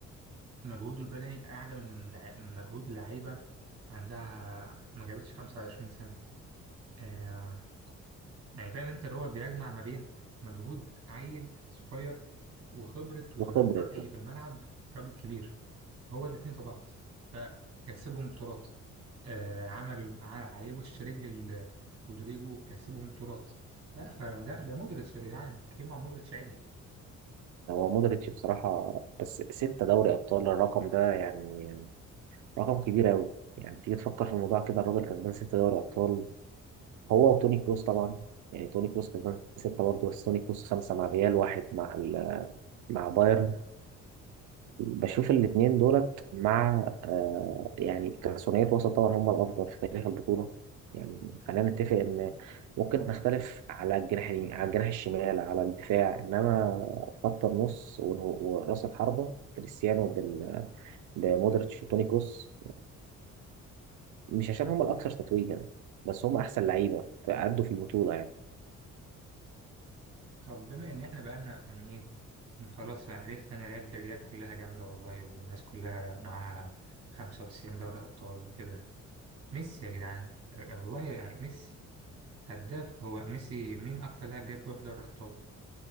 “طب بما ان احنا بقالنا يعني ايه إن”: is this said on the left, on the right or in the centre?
Right